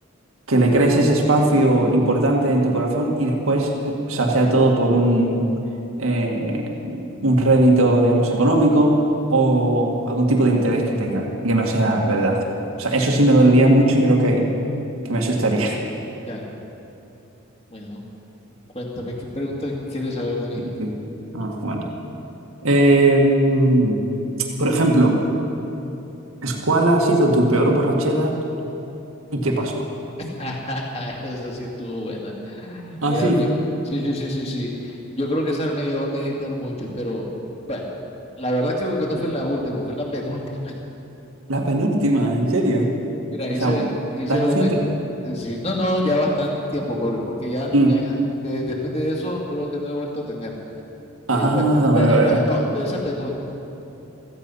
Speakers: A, on the right; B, on the left.
A: que le crees ese espacio importante en tu corazón y después, eh, o sea, sea todo por un, eh, un rédito, digamos, económico o algún tipo de interés que tenga y que no sea verdad. O sea, eso sí me dolería mucho y creo que, que me asustaría.
B: Ya, bueno, cuéntame, ¿qué pregunta quieres saber de mí?
A: Sí. Ah, bueno. Em, por ejemplo, ¿cuál ha sido tu peor borrachera y qué pasó?
B: <laughs> Esa sí estuvo buena.
A: Ah,
B: Mira,
A: sí,
B: fi- sí, sí, sí, sí, sí. Yo creo que esa me llevó a meditar mucho, pero bueno, la verdad creo que no fue la última, fue la penúltima.
A: la penúltima, ¿en serio?
B: <laughs> Mira,
A: O
B: hice,
A: sea,
B: hice
A: ¿tan reciente?
B: una, sí, no, no, ya bastante tiempo, pobre, porque ya,
A: Mm,
B: ya, de- después de eso creo que no he vuelto a tener.
A: Ah,
B: Eh, bueno,
A: vale,
B: de-
A: vale,
B: eh, pe-
A: vale.
B: no, de esa penúltima,